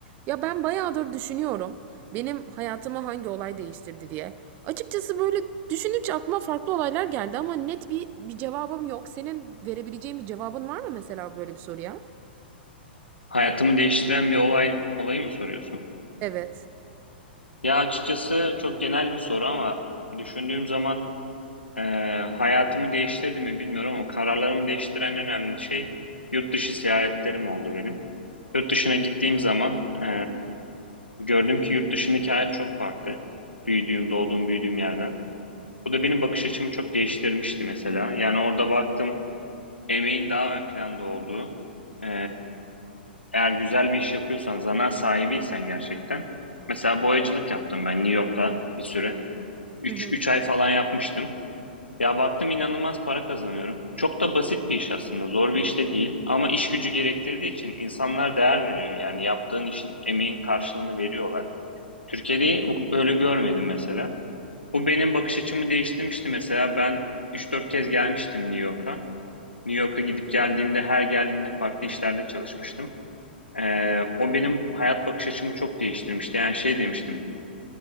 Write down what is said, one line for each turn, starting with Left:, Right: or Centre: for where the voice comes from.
Right: Ya ben bayağıdır düşünüyorum. Benim hayatımı hangi olay değiştirdi diye. Açıkçası böyle düşününce aklıma farklı olaylar geldi ama net bir bir cevabım yok. Senin verebileceğin bir cevabın var mı mesela böyle bir soruya?
Left: Hayatımı değiştiren bir olay olayı mı soruyorsun?
Right: Evet.
Left: Ya açıkçası çok genel bir soru ama düşündüğüm zaman e, hayatımı değiştirdi mi bilmiyorum ama kararlarımı değiştiren önemli şey yurt dışı seyahatlerim oldu benim. Yurt dışına gittiğim zaman e, gördüm ki yurt dışındaki hayat çok farklı. Büyüdüğüm, doğduğum, büyüdüğüm yerden. Bu da benim bakış açımı çok değiştirmişti mesela. Yani orada baktım emeğin daha ön planda olduğu, e, Eğer güzel bir iş yapıyorsan, zanaat sahibiysen gerçekten. Mesela boyacılık yaptım ben New York'ta bir süre. 3
Right: Hı hı.
Left: 3 ay falan yapmıştım. Ya baktım inanılmaz para kazanıyorum. Çok da basit bir iş aslında. Zor bir iş de değil ama iş gücü gerektirdiği için insanlar değer veriyor. Yani yaptığın işin emeğin karşılığını veriyorlar. Türkiye'de böyle görmedim mesela. Bu benim bakış açımı değiştirmişti mesela. Ben 3-4 kez gelmiştim New York'a. New York'a gidip geldiğimde her geldiğimde farklı işlerde çalışmıştım. Ee, o benim hayat bakış açımı çok değiştirmişti. Yani şey demiştim.